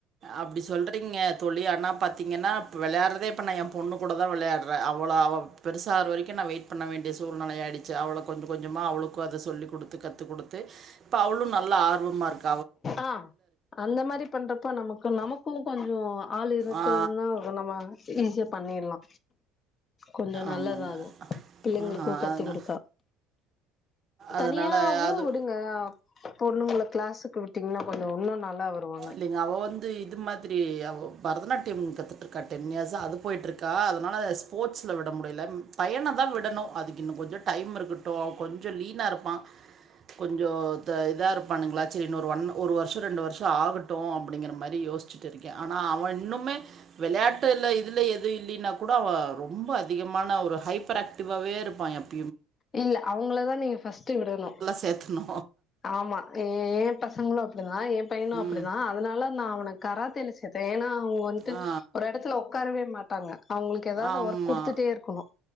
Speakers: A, on the right; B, on the left.
A: அப்படி சொல்றீங்க தோழி ஆனா பாத்தீங்கன்னா இப்ப விளையாற்றதே இப்ப நா எ பொண்ணு கூட தா விளையாற்றே அவளோ அவ பெருசார வரைக்கு நா வெயிட் பண்ண வேண்டிய சூழ்நெலை ஆயிடுச்சு அவள கொஞ்ச கொஞ்சமா அவளுக்கு அத சொல்லி குடுத்து கத்து குடுத்து இப்போ அவளு நல்ல ஆர்வமா இருக்
B: அ அந்த மாரி பண்றப்ப நமக்கு நமக்கு கொஞ்சோ ஆள் இருக்குறதுன்னா
A: ஆ
B: நம்ம ஈஸியா பண்ணிட்லா கொஞ்சோ
A: ஆமாங்க
B: நல்லதா அது பிள்ளைங்ளுக்கு
A: ஆ
B: கத்து
A: அதனால
B: குடுத்தா தனியாவு
A: அதனால அது
B: விடுங்க பொண்ணுங்ல க்ளாஸுக்கு விட்டீங்ன்னா கொஞ்சோ இன்னு நல்லா வருவாங்க
A: இல்லிங்க அவ வந்து இது மாதிரி அவ பரதநாட்டியம் கத்துட்டுருக்கா டென் இயர்ஸ் அது பொயிட்டுருக் அதனால ஸ்போர்ட்ஸ்ல விட முடில பையனதா விடணு அதுக்கு இன்னு கொஞ்சோ டைம் இருக்க ட்டு கொஞ்சோ லீனா இருப்பா கொஞ்சோ இதா இருப்பானுங்ளா சரி இன்னோ ஒரு ஒன் ஒரு வர்ஷோ ரெண்டு வர்ஷோ ஆகட்டு அப்டிங்ற மாரி யோசிச்சுட்டுருக்கே ஆனா அவ இன்னுமே வெளையாட்டுல்ல இதுல எது இல்லினா கூட அவ ரொம்ப அதிகமான ஒரு ஹைப்பர் ஆக்டிவாவே இருப்பா எப்ப
B: இல்ல அவுங்களதா நீங்க பஸ்ட்டு விடணு
A: சேத்துணு
B: ஆமா ஏ ஏ பசங்ளு அப்படிதா ஏன் பையனு
A: ம்
B: அப்டிதா அதனால நா அவன கராத்தாலே சேத்தே ஏன்னா அவுங்க வன்ட்டு
A: ஆ
B: ஒரு எடத்துல உக்காரவே மாட்டாங்க அவுங்களுக்கு ஏதாவது
A: ஆமா
B: ஒர்க் குடுத்துட்டே இருக்கணு